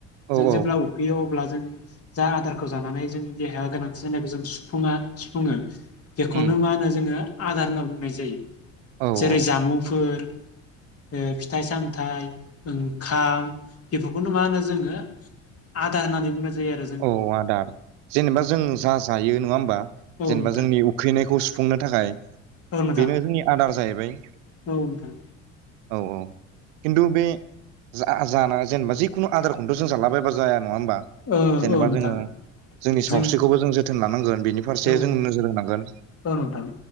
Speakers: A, on the right; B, on the left.
A: औ
B: जों
A: औ
B: जेब्ला उखैयो अब ब्ला जों जा आदारखौ जानानै जोंनि देहाया गोनांथि जानायखौ जों सुफुङा सुफुङो बेखौनो
A: उम
B: मा होनो जोङो आदार होनना बुंनाय जायो।
A: औ
B: जेरै
A: औ
B: जामुंफोर ओ फिथाइ सामथाय ओं खाम बेफोरखौनो मा होनो जोङो आदा होननानै बुंनाय जायो आरो जोंनि
A: औ आदार जेनेबा जों जा जायो नङा होमबा
B: औ
A: जेनेबा
B: नोंथां
A: जोंनि उखैनायखौ सुफुंनो थाखाय
B: औ नोंथां
A: बेनो जोंनि आदार आदार जाहैबाय।
B: औ नोंथां
A: औ औ खिन्थु बे जा जाना जेनेबा जिखुनु आदारखौथ' जों जालाबायबा जाया नङा होमबा।
B: औ
A: जेनेबा
B: औ नोंथां
A: जोङो जोंनि सावस्रिखौबो
B: जों
A: जों जो थोन लांगोन बेनि फारसे
B: औ
A: जों नोजोर होनांगोन
B: औ नोंथां